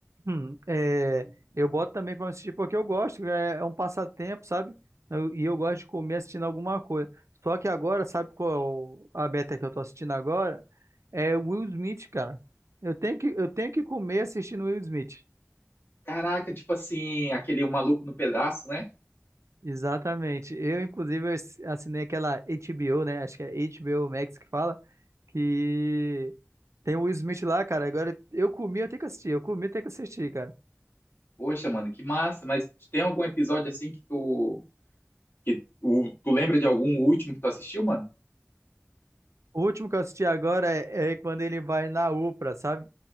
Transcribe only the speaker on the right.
hum, é, eu boto também para assistir porque eu gosto, é, é um passatempo, sabe? Eu- e eu gosto de comer assistindo alguma coisa. Só que agora, sabe qual a meta que eu tô assistindo agora? É o Will Smith, cara. Eu tenho que, eu tenho que comer assistindo Will Smith.
Exatamente. Eu, inclusive, eu ass- assinei aquela HBO, né? Acho que é HBO Max que fala, que tem o Will Smith lá, cara. Agora eu comi, eu tenho que assistir. Eu comi, eu tenho que assistir, cara.
O último que eu assisti agora é, é quando ele vai na UPA, sabe?